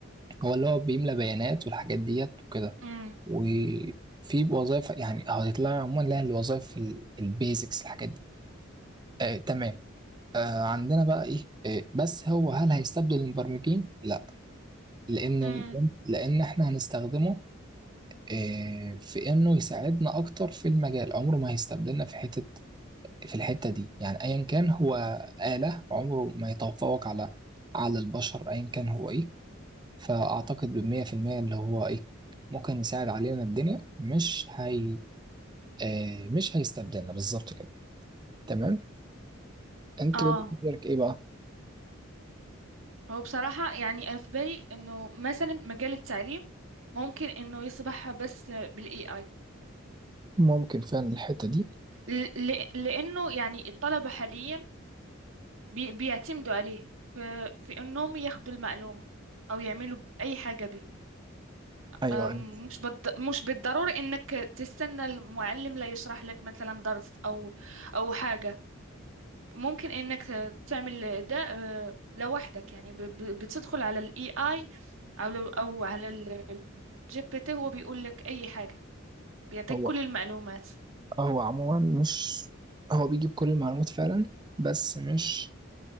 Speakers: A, on the right; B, on the right.
A: هو اللي هو بيملى بيانات والحاجات ديت وكده
B: أمم
A: وفي وظائف يعني هتطلع عموما لها الوظائف البيزكس الحاجات دي آه تمام آه عندنا بقى ايه آه بس هو هل هيستبدل المبرمجين لا لان
B: أمم
A: ال- لان احنا هنستخدمه آه في انه يساعدنا اكتر في المجال عمره ما هيستبدلنا في حتة في الحتة دي يعني ايا كان هو آلة عمره ما يتفوق على على البشر ايا كان هو ايه فاعتقد بالمية في المية اللي هو ايه ممكن يساعد علينا الدنيا مش هي آه مش هيستبدلنا بالظبط كده تمام انت
B: آه
A: وجهة نظرك ايه بقى
B: هو بصراحة يعني أنا في بالي إنه مثلا مجال التعليم ممكن إنه يصبح بس بال AI
A: ممكن فعلا الحتة دي
B: ل- ل- لأنه يعني الطلبة حاليا بي- بيعتمدوا عليه في, في إنهم ياخدوا المعلومة أو يعملوا أي حاجة به
A: ايوه
B: أم،
A: أيوة.
B: مش بالض... مش بالضروري إنك تستنى المعلم لا يشرح لك مثلا درس أو أو حاجة ممكن انك ت- تعمل ده آه، لوحدك يعني ب- ب- بتدخل على الاي اي او لو- او على الجي بي تي هو بيقول لك اي حاجة بيعطيك
A: هو
B: كل المعلومات
A: هو عموما مش هو بيجيب كل المعلومات فعلا بس مش